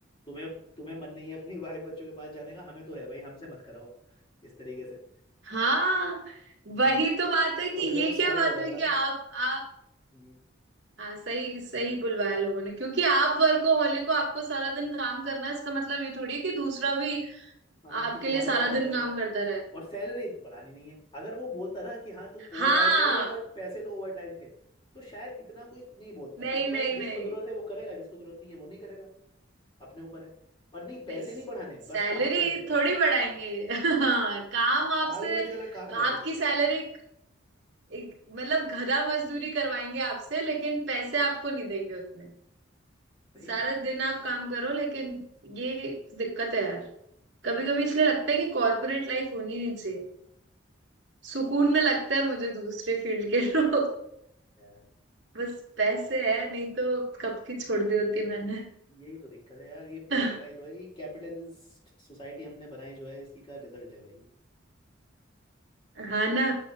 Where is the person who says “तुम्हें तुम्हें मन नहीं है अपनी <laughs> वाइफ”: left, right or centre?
Left